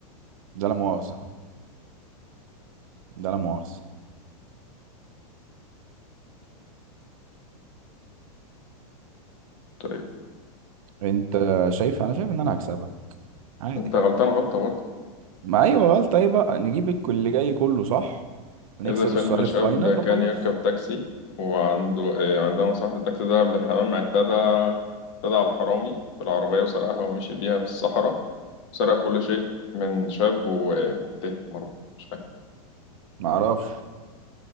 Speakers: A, on the right; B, on the left.
A: ده لا مؤاخذة ده لا مؤاخذة
B: قلت إيه؟
A: انت شايف انا شايف ان انا هكسبك عادي
B: انت غلطان غلطة برضه
A: ما ايوه غلطة ايه بقى نجيب الكل اللي جاي كله صح ونكسب
B: يبدأ الفيلم
A: السؤال
B: بشاب
A: الفاينل
B: كان
A: وخلاص
B: يركب تاكسي وعنده إيه، عندما صاحب التاكسي ذهب للحمام اعتدى اعتدى على الحرامي في العربية وسرقها ومشي بيها في الصحراء سرق كل شيء من شاب و... وتيه مروه مش فاهم
A: ما اعرفش